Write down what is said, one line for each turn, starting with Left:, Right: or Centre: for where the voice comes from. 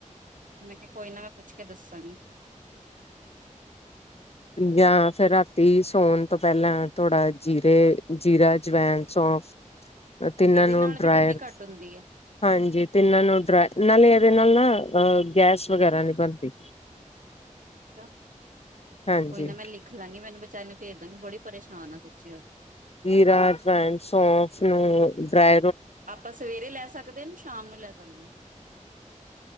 Right: ਮੈਂ ਕਿਹਾ ਕੋਈ ਨਾ ਪੁੱਛ ਕੇ ਦੱਸਾਂਗੀ
Left: ਜਾਂ ਫੇਿਰ ਰਾਤੀ ਸੌਣ ਤੋਂ ਪਹਿਲਾਂ ਥੋੜਾ ਜੀਰੇ ਜੀਰਾ ਅਜਵਾਇਨ ਸੌਂਫ ਤਿੰਨਾਂ
Right: ਇਹਦੇ
Left: ਨੂੰ
Right: ਨਾਲ
Left: ਡਰਾਇਰ
Right: ਵੀ ਟੰਮੀ ਘੱਟ ਹੁੰਦੀ ਹੈ
Left: ਹਾਂਜੀ ਤਿੰਨਾਂ ਨੂੰ ਡਰਾ ਨਾਲੇ ਰੇ ਨਾਲ ਨਾ ਅਹ ਗੈਸ ਵਗੈਰਾ ਨਹੀਂੀ ਬਣਦੀ
Right: ਅਾ
Left: ਹਾਂਜੀ
Right: ਕੋਈ ਨਾ ਮੈਂ ਲਿਖ ਲਾਂਗੀ ਮੈਨੂੰ ਬੱਚਾ ਨੂੰੂੰ ਭੇਜਦਾਂਗੇ ਬੜੀ ਪਰੇਸ਼ਾਨ ਆ ਸੱਚੀ
Left: ਹੀਰਾ ਫ ਸੋਫ ਨੂੰ ਡ
Right: ਆਪਾਂ ਸਵੇਰੇ ਲੈ ਸਕਦੇ ਹਾਂ ਸ਼ਾਮ ਨੂੰ ਲੈ ਸਕਦੇਾਂ